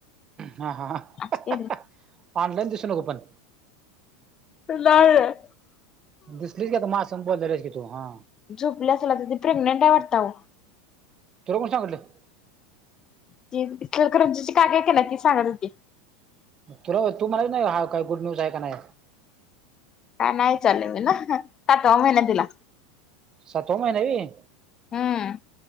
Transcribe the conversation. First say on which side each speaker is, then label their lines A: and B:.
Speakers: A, on the right; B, on the left.
A: हा, हा.
B: असं केलं.
A: ऑनलाईन दिसू नको पण.
B: नाय.
A: दिसली का तू माझ्या संग बोलाल्यास की तू, हा...
B: झोपल्या असलं आता ती प्रेग्नेंट आहे वाटतं आलो.
A: तुला कोण सांगिटलं?
B: ती इचलकरंजीची काकी हाय का नाय ती सांगत होती.
A: तुला तू म्हणायचं नाही का, हा काही गुड न्यूज आहे का नाही?
B: का नाही चालेल मी ना सातवा महिना तिला
A: सातवा महिना हाय व्हय.
B: हम्म